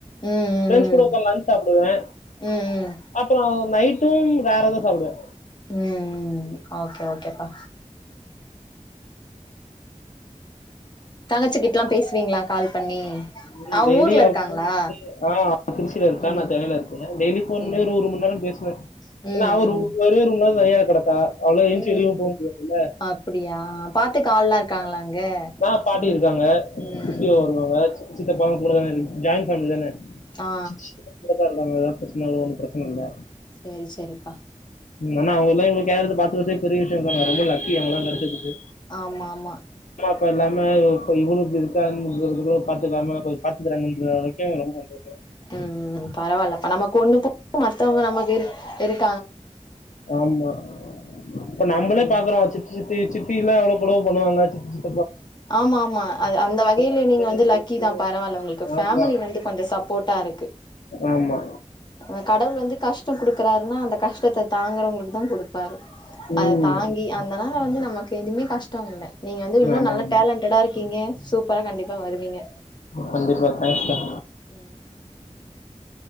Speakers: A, on the left; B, on the left.
A: ம்
B: ஃபிரண்ட்ஸ் கூட உக்காந்து லஞ்ச் சாப்டுவே
A: ம் ம்
B: அப்புறோ நைட் டும் வேறதா சாப்டுவே
A: உம் ஓகே ஓகேப்பா தங்கச்சிக்கிட்ட எல்லா பேசுவீங்களா கால் பண்ணி
B: ம்
A: அவங்க
B: டெய்லி
A: ஊர்ல
B: அவுளுக்கு
A: இருக்காங்களா
B: ஃபோன் பண்ணி ஆ திருச்சியில இருக்கா
A: ம்
B: நா சென்னையில இருக்கே டெய்லி ஃபோன்
A: சேரி
B: பண்ணி ஒரு மணி நேர பேசுவே
A: ம்
B: ஏன்னா அவ
A: ம்
B: ஒரு ஒரே ரூம்ல தனியா கெடக்கா அவ்ளா எஞ்ச்சு
A: ம்
B: வெளியு போமுடியாதுல்ல <inaudible>
A: அப்டியா பாத்துக்க ஆள்லா இருக்காங்களா அங்க
B: ஆ பாட்டி
A: ம்
B: இருக்காங்க <unintelligible>
A: ம்
B: சொல்லுவாங்க
A: ம்
B: சி சித்தப்பால கூடதான இருக்கு ஜாய்ண் ஃபேமிலிதான
A: ஆ
B: <unintelligible> பிரச்சன அவ்ளோ ஒன்னும் பிரச்சன இல்ல
A: சேரி சேரிப்பா
B: ஆனா அவுங்கல்லா இவ்ளோ கேர் எடுத்து பாத்துக்கறதே பெரிய விஷயோங்க்கா நா ரொம்ப லக்கி அவுங்கல்லா கெடைச்சதுக்கு
A: ஆமா ஆமா
B: அப்பா இல்லாம இப்ப இவுளு இப்டி இருக்கா <unintelligible> <unintelligible> பாத்துக்காம கொஞ்ச பாத்துக்கறாங்கன்ற வரைக்கு ரொம்ப சந்தோஷோ
A: ம் பரவால்ல அப்ப நமக்கு ஒண்ணு போ மத்தவங்க நமக்கு இரு இருக்
B: ஆமா இப்ப நம்பளே
A: ம்
B: பாக்குறோ சித்த சித்தி எல்லா எவ்ளவு கொடும பண்ணுவாங்கவாங்க சி
A: ஆமா ஆமா அந்த வகையில
B: அப்டிங்கிறப்போ
A: நீங்க வந்து லக்கி தா பரவால்ல உங்களுக்கு ஃபேமிலி
B: ஆமா
A: வந்து கொஞ்ச சப்போர்ட்டா இருக்கு
B: ஆமா
A: அ கடவுள் வந்து கஷ்ட குடுக்குறாருன்னா அந்த கஷ்டத்தை தாங்குறவங்களுக்கு தா கொடுப்பரு அத
B: ம்
A: தாங்கி அந்தனா இப்ப வந்து நமக்கு எதுவுமே கஷ்டம் இல்ல நீங்க வந்து இன்னும்
B: ஆமா
A: நல்ல
B: ஆமா
A: டேலன்டடா இருக்கீங்க சூப்பரா கண்டிப்பா வருவீங்க
B: கண்டிப்பா தேங்க்ஸ்க்கா
A: உம்